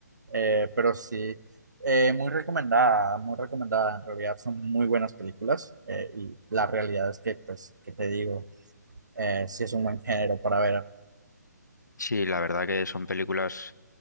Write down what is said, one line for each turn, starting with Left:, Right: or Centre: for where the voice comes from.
Right: Eh, pero sí, eh, muy recomendada, muy recomendada. En realidad son muy buenas películas eh, y la realidad es que, pues, que te digo, eh, sí es un buen género para ver.
Left: Sí, la verdad que son películas,